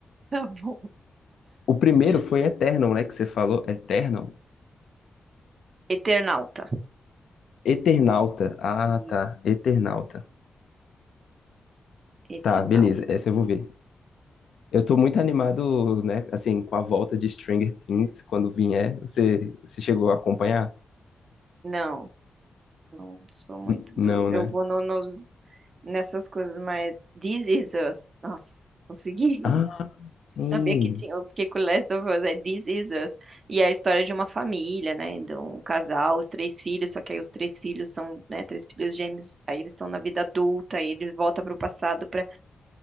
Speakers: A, on the right; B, on the left.
A: Tá bom.
B: O primeiro foi Eternal, né? Que você falou. Eternal?
A: Eternauta.
B: Eternauta. Ah,
A: Isso.
B: tá. Eternauta.
A: Eternauta.
B: Tá, beleza. Essa eu vou ver. Eu tô muito animado, né? Assim, com a volta de Stranger Things, quando vier. Você, você chegou a acompanhar?
A: Não, não sou muito
B: N- Não,
A: do. Eu
B: né?
A: vou no- nos, nessas coisas mais. This is us. Nossa, consegui.
B: Ah, sim.
A: Sabia que tinha, eu fiquei com Last of Us, é This Is Us. E é a história de uma família, né? De um casal, os três filhos, só que aí os três filhos são, né, três filhos gêmeos, aí eles estão na vida adulta, aí ele volta para o passado para